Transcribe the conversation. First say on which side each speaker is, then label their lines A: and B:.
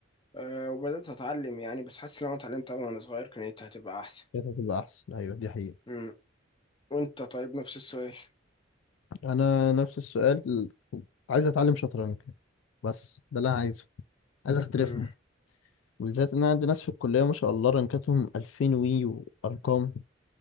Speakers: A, on the left; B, on the left.
A: أه وبدأت أتعلم يعني بس حاسس لو أنا اتعلمت أوي وأنا صغير كانت هتبقى أحسن
B: كانت هتبقى احسن ايوه دي حقيقة
A: مم. وأنت طيب نفس السؤال
B: انا نفس السؤال عايز اتعلم شطرنج بس ده اللي انا عايزه عايز احترفها
A: مم.
B: بالذات ان انا عندي ناس في الكلية ما شاء الله رانكاتهم 2000 وي وارقام